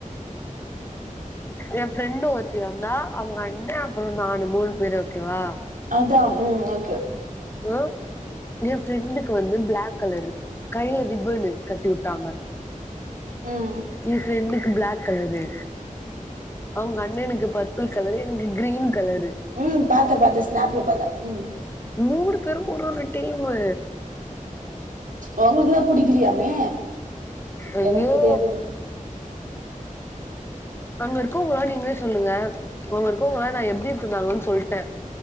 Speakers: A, on the left; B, on the right.
A: எ ஃப்ரெண்டு ஒருத்தி வந்தா அவுங்க அண்ணே அப்றோ நானு மூணு பேரு ஓகேவா
B: அதா ம் ஓகே
A: ஓ எ ஃப்ரெண்டுக்கு வந்து பிளாக் கலரு கைல ரிப்பனு கட்டிவுட்டாங்க
B: ம்
A: எ ஃப்ரெண்டுக்கு பிளாக் கலரு அவுங்க அண்ணனுக்கு பர்பிள் கலரு எனக்கு கிரீன் கலரு
B: ம் பாத்தே பாத்தே ஸ்னாப்ல பாத்தே ம்
A: மூணு பேரும் ஒரு ஒரு டீமு
B: ஒங்களுக்குளா புடிக்கலையாமே
A: ஐயோ
B: எனக்கு தெரியாது
A: அங்க இருக்கவ்ங்களா நீங்களே சொல்லுங்க அவ்ங்க இருக்கவ்ங்களா நா எப்டி இருக்குந்தாங்களோன் சொல்ட்டே